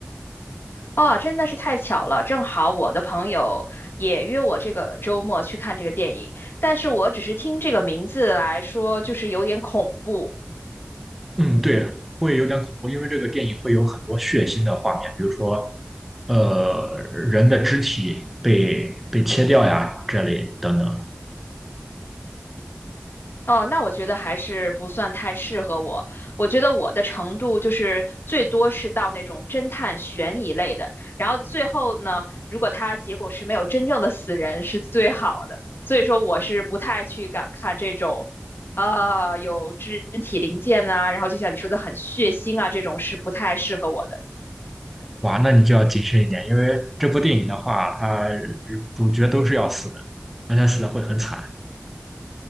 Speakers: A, on the left (about 65°); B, in the centre.
A: 哦，真的是太巧了，正好我的朋友也约我这个周末去看这个电影，但是我只是听这个名字来说，就是有点恐怖，
B: 嗯，对，会有点恐怖，因为这个电影会有很多血腥的画面，比如说呃人的肢体被被切掉呀这类等等。
A: 哦，那我觉得还是不算太适合我。我觉得我的程度就是最多是到那种侦探悬疑类的，然后最后呢，如果它结果是没有真正的死人是最好的。所以说我是不太去敢看这种，呃，有肢体零件啊，然后就像你说的很血腥啊，这种是不太适合我的。
B: 哇，那你就要谨慎一点，因为这部电影的话，它呃主角都是要死的，而且死的会很惨。